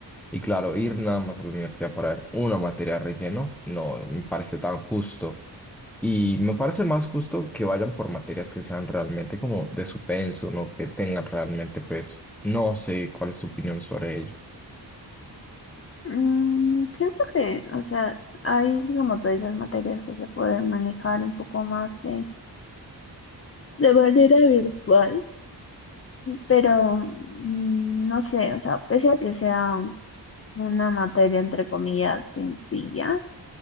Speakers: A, in the centre; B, on the left.
A: y claro, ir nada más a la universidad para ver una materia de relleno no me parece tan justo. Y me parece más justo que vayan por materias que sean realmente como de su peso, ¿no? Que tengan realmente peso. No sé cuál es tu opinión sobre ello.
B: Mm, siento que, o sea, hay, como tú dices, materias que se pueden manejar un poco más de, de manera virtual, pero mm, no sé, o sea, pese a que sea una materia, entre comillas, sencilla,